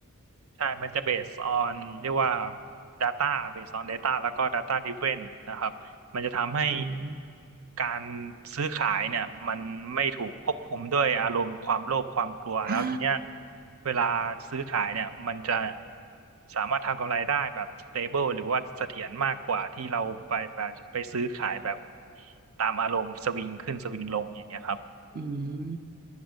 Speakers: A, on the right (about 75°); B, on the right (about 45°).
A: ใช่มันจะ based on เรียกว่า data based on data แล้วก็ data driven นะครับมันจะทำให้
B: อืม
A: การซื้อขายเนี่ยมันไม่ถูกควบคุมด้วยอารมณ์ความโลภความกลัวแล้วทีเนี้ย
B: อ่า
A: เวลาซื้อขายเนี่ยมันจะสามารถทำกำไรได้แบบ stable หรือว่าเสถียรมากกว่าที่เราไปไปไปซื้อขายแบบตามอารมณ์สวิงขึ้นสวิงลงอย่างเงี้ยครับ
B: อืม